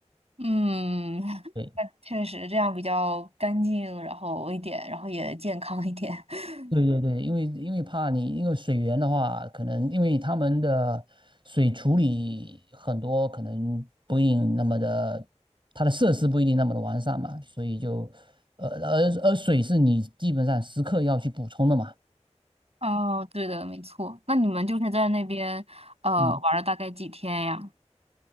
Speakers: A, on the right (about 60°); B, on the right (about 45°).
A: 嗯，
B: 对。
A: 确实这样比较干净，然后一点，然后也健康一点。<laughs>
B: 对对对，因为因为怕你，因为水源的话，可能因为他们的水处理很多可能不一定那么的，它的设施不一定那么的完善嘛，所以就，呃，而而水是你基本上时刻要去补充的嘛，
A: 哦，对的，没错。那你们就是在那边呃玩了大概几天呀？
B: 嗯，